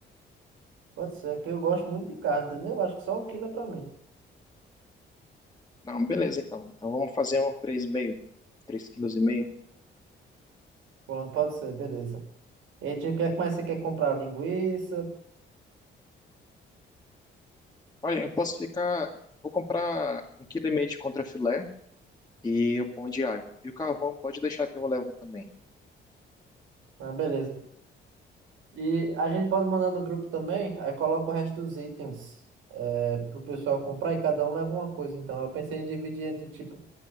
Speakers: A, on the right; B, on the left.
A: Pode ser, é que eu gosto muito de carne, entendeu? Eu Acho que só um quilo é pra mim.
B: Não, beleza então. Então vamos fazer um três três meio, três quilos e meio.
A: Pronto, pode ser, beleza. E aí, tio, o que é que mais você quer comprar? Linguiça?
B: Olha, eu posso ficar. Vou comprar um quilo e meio de contrafilé e o pão de alho. E o carvão pode deixar que eu levo também.
A: Ah, beleza. E a gente pode mandar no grupo também, aí coloca o resto dos itens é, pro pessoal comprar e cada um leva uma coisa. Então, eu pensei em dividir entre, tipo,